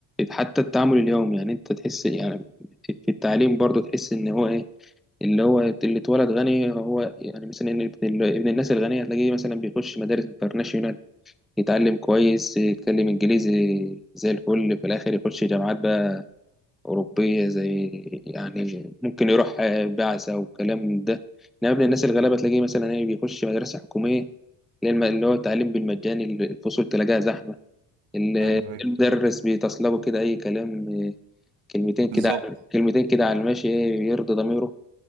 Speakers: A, in the centre; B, on the right (about 75°).
A: حتى التعامل اليومي يعني انت تحس يعني في في التعليم برضه تحس ان هو ايه اللي هو اللي اتولد غني هو يعني مثلا إن ابن ابن الناس الغنيه تلاقيه مثلا بيخش مدارس انترناشونال يتعلم كويس يتكلم انجليزي زي الفل في الاخر يخش جامعات بقى أوروبية زي يعني ممكن يروح آه، بعثة وكلام من ده إنما ابن الناس الغلابة تلاقيه مثلا إيه بيخش مدرسة حكومية اللي هي الم- اللي هو التعليم بالمجاني الفصول تلاقيها زحمة ال-
B: ايوه ايوه
A: المدرس بيتصلبه كده أي كلام آه، كلمتين
B: بالظبط
A: كده على كلمتين كده على الماشي إيه يرضي ضميره